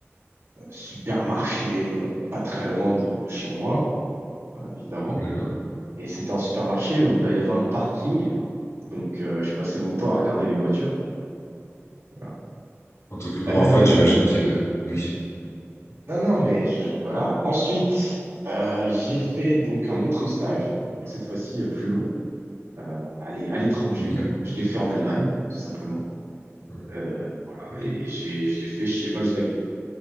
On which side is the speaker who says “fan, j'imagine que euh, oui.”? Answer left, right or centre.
Left